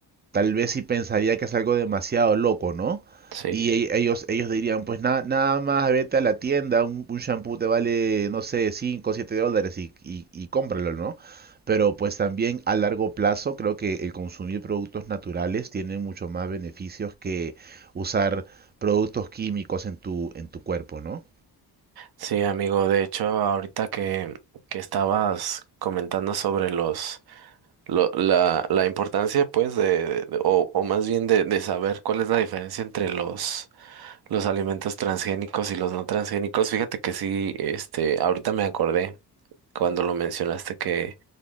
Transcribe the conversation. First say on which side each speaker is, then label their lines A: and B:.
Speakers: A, on the right; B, on the right.
A: tal vez sí pensaría que es algo demasiado loco, ¿no?
B: sí.
A: Y e- ellos, ellos dirían, pues nada, nada más vete a la tienda, un, un shampoo te vale, no sé, cinco o 7 dólares y, y, y cómpralo, ¿no? Pero pues también a largo plazo creo que el consumir productos naturales tiene mucho más beneficios que usar productos químicos en tu, en tu cuerpo, ¿no?
B: Sí, amigo, de hecho, ahorita que, que estabas comentando sobre los lo- la, la importancia, pues, de, de- de- o, o más bien de, de saber cuál es la diferencia entre los, los alimentos transgénicos y los no transgénicos. Fíjate que sí, este, ahorita me acordé cuando lo mencionaste que,